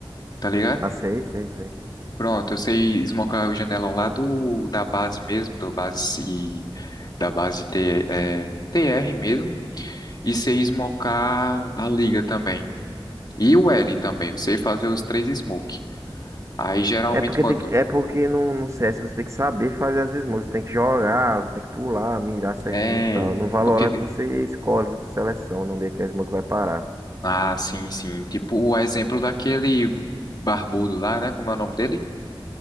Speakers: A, on the left (about 50°); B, on the right (about 35°).
A: tá ligado?
B: Ah, sei, sei, sei.
A: Pronto, eu sei smocar o janelão lá do, da base mesmo, do base, da base T, eh, TR mesmo. E sei smocar a liga também. E o L também. Eu sei fazer os três smoke. Aí, geralmente,
B: É porque,
A: quando...
B: tem que, é porque no, no CS você tem que saber fazer as esmolas, Você tem que jogar, você tem que pular, mirar certinho
A: É...
B: e tal. No Valorant
A: Porque
B: você escolhe, você seleciona onde é que a smoke vai parar.
A: Ah, sim, sim. Tipo o exemplo daquele barbudo lá, né? Como é o nome dele?